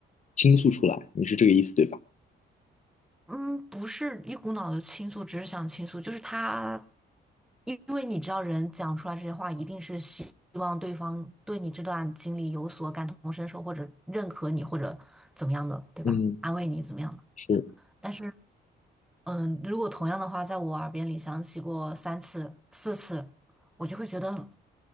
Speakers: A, on the left; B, in the centre.
A: 倾诉出来。你是这个意思对吧？
B: 嗯，不是一股脑的倾诉，只是想倾诉，就是他，因因为你知道，人讲出来这些话，一定是希望对方对你这段经历有所感同身受，或者认可你，或者怎么样的，对吧？
A: 嗯，
B: 安慰你怎么样的？
A: 是，
B: 但是，嗯，如果同样的话在我耳边里响起过三次、四次，我就会觉得，